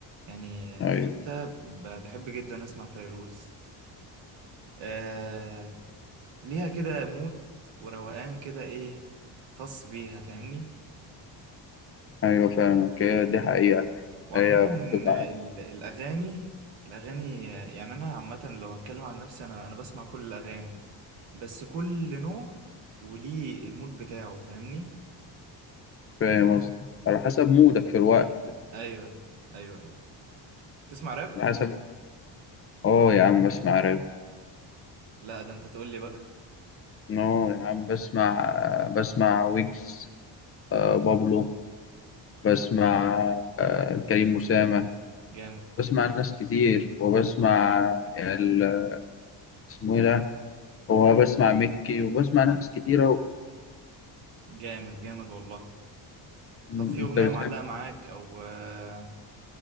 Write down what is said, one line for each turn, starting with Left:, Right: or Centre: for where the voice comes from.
Right: يعني
Left: أيوه
Right: في الشتاء ب- بحب جدا اسمع فيروز آه ليها كده مود وروقان كده ايه خاص بيها فاهمني
Left: أيوه فاهمك هي دي حقيقة
Right: وعامة
Left: هي بتبقى
Right: ال- الأغاني الأغاني يعني أنا عامة لو هتكلم عن نفسي أنا أنا بسمع كل الأغاني بس كل نوع وليه المود بتاعه فاهمني
Left: فاهم قصدي على حسب مودك في الوقت
Right: أيوه أيوه أيوه تسمع راب؟
Left: على حسب اه يا عم بسمع راب
Right: لا ده أنت تقول لي بقى
Left: نو يا عم بسمع بسمع ويجز آه، بابلو بسمع آه، كريم أسامة
Right: جامد
Left: بسمع ناس كتير وبسمع ال- اسمه ايه ده هو بسمع مكي وبسمع ناس كتيرة و...
Right: جامد جامد والله
Left: م-
Right: طب في أغنية
Left: انت بتحب
Right: معلقة معاك أو آه،